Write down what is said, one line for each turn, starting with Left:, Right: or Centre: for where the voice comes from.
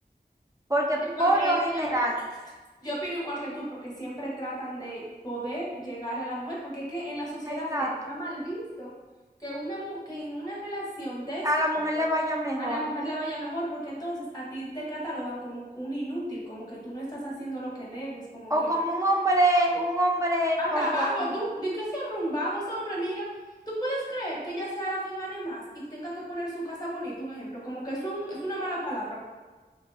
Right: porque
Left: Sí, porque
Right: por lo general,
Left: siempre, yo opino igual que tú, porque siempre tratan de poder llegar a la mujer, porque es que en la sociedad
Right: exacto,
Left: se está mal visto que, una, mu- que en una relación de esposos
Right: a la mujer le vaya mejor.
Left: a la mujer le vaya mejor, porque entonces a ti te catalogan como un inútil, como que tú no estás haciendo lo que debes, como
Right: O
Left: que
Right: como un hombre, un hombre
Left: Hasta
Right: conformista.
Left: vago, tú. Di que ese hombre un vago, ese hombre, mira, tú puedes creer que ella sea la que gane más y tenga que poner su casa bonita, un ejemplo, como que eso es un- es una mala palabra.